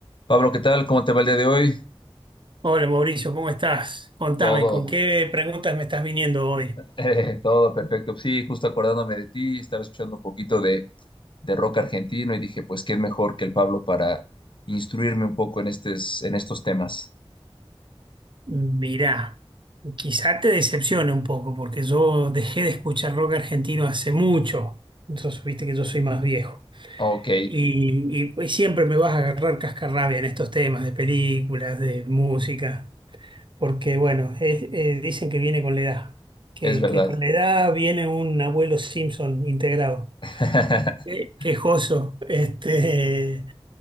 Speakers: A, on the left (about 50°); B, on the right (about 50°).
A: Pablo, ¿qué tal? ¿Cómo te va el día de hoy?
B: Hola Mauricio, ¿cómo estás? Contame,
A: Todo,
B: ¿con qué preguntas me estás viniendo hoy?
A: <laughs> eh, todo perfecto. Sí, justo acordándome de ti, estaba escuchando un poquito de, de rock argentino y dije, pues, ¿quién mejor que el Pablo para instruirme un poco en estes- en estos temas?
B: Mirá, quizá te decepcione un poco porque yo dejé de escuchar rock argentino hace mucho. Entonces, viste que yo soy más viejo.
A: Ok,
B: Y, y, pues, siempre me vas a agarrar cascarrabia en estos temas de películas, de música, porque bueno, es- eh, dicen que viene con la edad, que,
A: es verdad.
B: que con la edad viene un abuelo Simpson integrado.
A: <laughs>
B: Eh, quejoso, este.